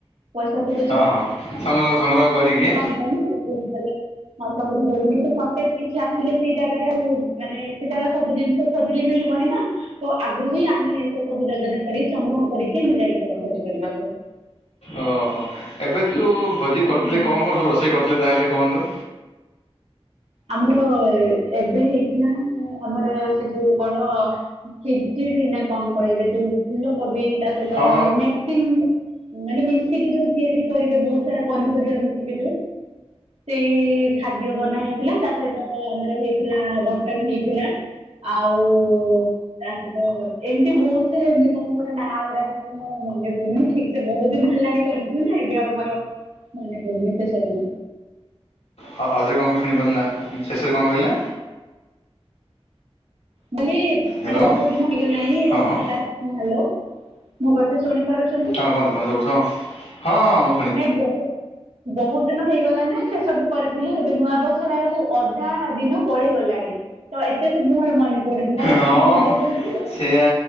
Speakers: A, on the right (about 85°); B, on the left (about 80°).
A: ପଇସା ପତ୍ର
B: ହଁ ହଁ ସଂଗ୍ରହ ସଂଗ୍ରହ କରିକି।
A: ଧନ୍ୟ। ହଁ ଚନ୍ଦ୍ର କର ସତେ କିଛି ଆସିଲେ ସେଇ ଜାଗାରେ ଆଉ ମାନେ ସେଟା ସବୁ ଜିନି। ଖୋଜିଲେ ମିଳିବନି ନା ତ ଆଗରୁ ହିଁ ଆମେ ସେ ସବୁ ଜାଗାରେ। କରି ସଂଗ୍ରହ କରିକିମିତି ଯାଇଥାଉ ଭୋଜି କରିବାକୁ।
B: ଓହୋ ଏବେ ଯୋଉ ଭୋଜି କରୁଥିଲେ
A: ହୁଁ
B: କଣ କଣ ସବୁ ରୋଷେଇ କରିୁଥିଲେ ତାହେଲେ କୁହନ୍ତୁ।
A: ଆମର ଏବେ ହେଇଥିଲା ଆମର ସେ ଯୋଉ କଣ। ଖେଚେଡ଼ି ନା କଣ କରିବେ ତୋ ଫୁଲ କୋବି। ତା ସହିତ
B: ହଁ
A: ମିକ୍ସିଙ୍ଗ ମାନେ ମିକ୍ସ। ମିଶିକି ଯୋଉ ତିଆରି କରିବେ ବହୁତ ସାରା ପନିପରିବା ମିଶିକି ଯୋଉ ସେ। ଖାଦ୍ୟ ବନା ହେଇଥିଲା ତା ସହିତ ଆମର ହେଇଥିଲା ମଟନ ହେଇଥିଲା। ଆଉ ତା ସହିତ ଏମିତି ବହୁତ ସାରା ଏମତି କଣ କଣ ନାଁ ଗୁଡା। ମୋର ମନେ ପଡୁନି ଠିକ ସେ ବହୁତ ଦିନ ହେଲାଣି କରିଥିଲୁ ନା ଏବେ ଆଉ ମୋର ମନେ ପଡୁନି ସେ ସବୁ। ଆୁ।
B: ହଉ ଆଉରେ କଣ ଶୁଣି ପାରିଲ ନା ଶେଷରେ କଣ କହିଲେ।
A: ବୋଲି
B: ହ୍ୟାଲୋ
A: ମାନେ ବହୁତ ଦିନ ହେଇଗଲାଣି
B: ହଁ ହଁ
A: ହଲୋ ମୁୋ କଥା ଶୁଣିପାରୁଛି।
B: ହଁ କୁହନ୍ତୁ କହ ସବୁ ହଁ ହଁ ମୁ।
A: ନାଇଁ ବହୁତ। ବହୁତ ଦିନ ହେଇଗଲା ନା ସେ ସବୁ କରିଥିଲି ଏବେ ନୂଆବର୍ଷର ଆେଳକୁ ଅଧା ଦିନ ପଳେଇଗଲାଣି। ତ ଏତେ ସବୁ ମୋର ମନେ ପଡୁଛି ମୋର
B: ହଁ
A: ଯେତିକି ମନେ
B: ପ-
A: ପଡୁଛି।
B: ସେୟା